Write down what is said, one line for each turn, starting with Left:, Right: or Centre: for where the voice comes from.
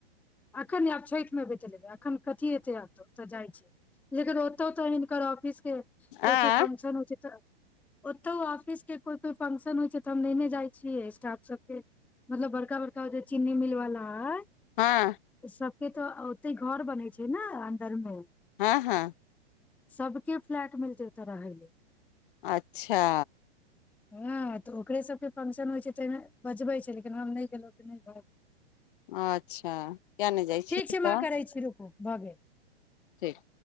Centre: एख ने आब छठि मे बेतबै एखन कथी एते एत तऽ जाइ छी लेकिन ओतौ तऽ हिनकर ऑफिस के
Left: आँय
Centre: कोइ कोइ फंक्शन होइ छै तऽ ओतौ ऑफिस के कोइ कोइ फंकशन होइ छै तऽ हम नेने जाइ छियै स्टाफ सबके मतलब बड़का बड़का चीन्नी मिलवाला है
Left: हँ
Centre: सबके तऽ ओते घर बनेै छै ने अन्दर मे
Left: हँ हँ
Centre: सबके फ्लैट मिलतै ओतऽ रहय ल
Left: अच्छा
Centre: हँ तऽ ओकरे सभके फंक्शन होइ छै ताहिमे बजबै छै लेकिन हम नहि गेलहुँ कि नहि भ
Left: अच्छा किया नहि जाइ
Centre: ठीक
Left: छी
Centre: छै
Left: तऽ
Centre: मह करैत छी रुकू भऽ गेल
Left: ठीक